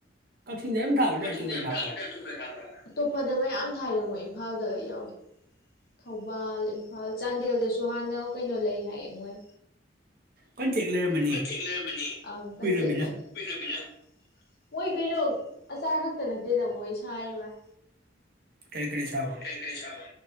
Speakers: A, on the right; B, on the left.
A: ꯀꯛꯆꯤꯡꯗ ꯑꯗꯨꯝ ꯊꯥꯕ꯭ꯔꯥ ꯅꯠꯇ꯭ꯔ
B: ꯀꯛꯆꯤꯡ
A: ꯑꯇꯣꯞꯄꯗ ꯊꯥꯕ꯭ꯔꯣ
B: <unintelligible> ꯑꯇꯣꯞꯄꯗ ꯃꯌꯥꯝ ꯊꯥꯏꯗ ꯃꯣꯏ ꯏꯝꯐꯥꯜꯗꯒ ꯌꯥꯎꯋꯦ ꯊꯧꯕꯥꯜ ꯏꯝꯐꯥꯜ ꯆꯥꯟꯗꯦꯜꯗꯁꯨ ꯍꯥꯟꯅ ꯀꯩꯅꯣ ꯂꯩ ꯍꯥꯏꯌꯦ ꯃꯣꯏ
A: ꯀꯟꯇꯦꯛ ꯂꯩꯔꯝꯃꯅꯤ
B: ꯀꯟꯇꯦꯛ ꯂꯩꯌꯝꯃꯅꯤ ꯑꯪ ꯀꯟꯇꯦꯛ
A: ꯀꯨꯏꯔꯃꯤꯅ
B: ꯂꯩ ꯀꯨꯏꯗꯃꯤꯅ ꯃꯣꯏ ꯀꯩꯅꯣ ꯑꯆꯥꯔ ꯈꯛꯇ ꯅꯠꯇꯦꯗ ꯃꯣꯏ ꯁꯥꯔꯤꯕꯥꯏ
A: ꯀꯔꯤ ꯀꯔꯤ ꯁꯥꯕ
B: ꯀꯔꯤ ꯀꯔꯤ ꯁꯥꯕ